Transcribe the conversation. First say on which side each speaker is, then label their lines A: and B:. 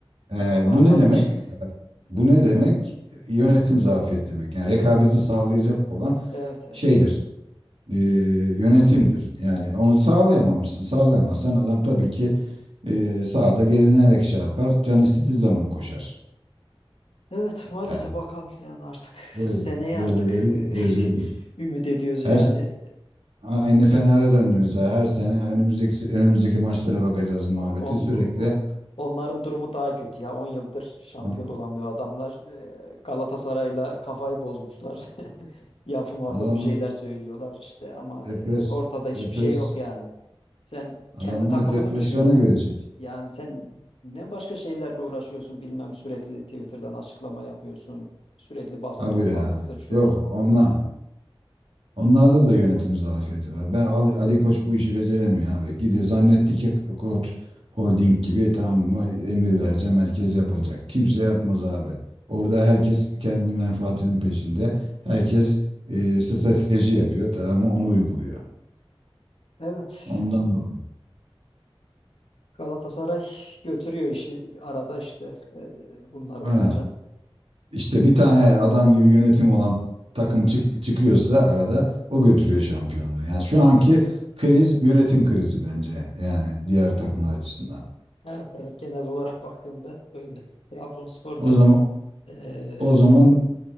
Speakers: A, on the right (about 75°); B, on the left (about 80°).
A: E,
B: Bakalım
A: bu ne demek?
B: işte.
A: Bu ne demek? Yönetim zafiyeti demek. Yani rekabeti sağlayacak olan
B: Evet evet.
A: şeydir, e, yönetimdir. Yani onu sağlayamamışsın. Sağlayamazsan adam tabii ki e, sahada gezinerek şey yapar. Can istediği zaman koşar.
B: Evet maalesef
A: Yani
B: bakalım yani artık
A: böyle
B: seneye
A: böyleleri
B: artık
A: özledik.
B: <laughs> ümit ediyoruz
A: Her
B: yani
A: s- aynı Fener'e döndünüz. ha. Her sene önümüzdeki önümüzdeki maçlara bakacağız muhabbeti
B: On,
A: sürekli.
B: o- onların durumu daha kötü ya. on yıldır şampiyon
A: A-
B: olamıyor adamlar. Ee, Galatasaray'la kafayı bozmuşlar. <laughs> Yapı mapı
A: Adamlar
B: bir şeyler söylüyorlar işte ama
A: depres
B: e, ortada hiçbir
A: depres
B: şey yok yani. Sen
A: adamlar
B: kendi takımını
A: depresyona
B: düşün ya.
A: gelecek.
B: Yani sen ne başka şeylerle uğraşıyorsun bilmem sürekli Twitter'dan açıklama yapıyorsun. Sürekli basın
A: Habire
B: toplantısı
A: yani.
B: şu
A: Yok
B: bu.
A: onlar Onlarda da yönetim zafiyeti var. Ben Ali, Ali Koç bu işi beceremiyor abi. Gidiyor zannetti ki Koç Holding gibi tamam mı, emir vereceğim herkes yapacak. Kimse
B: Evet.
A: yapmaz abi. Orada herkes kendi menfaatinin peşinde. Herkes e, strateji yapıyor tamam mı onu uyguluyor.
B: Evet.
A: Ondan dolayı.
B: Galatasaray götürüyor işi arada işte e, bunlar olunca.
A: Ha, işte bir tane adam gibi yönetim olan takım çık, çıkıyorsa arada o götürüyor şampiyonluğu. Yani şu anki kriz yönetim krizi bence yani diğer takımlar açısından.
B: Evet, evet genel olarak baktığımda öyle. Trabzonspor'da
A: O zaman
B: eee,
A: O zaman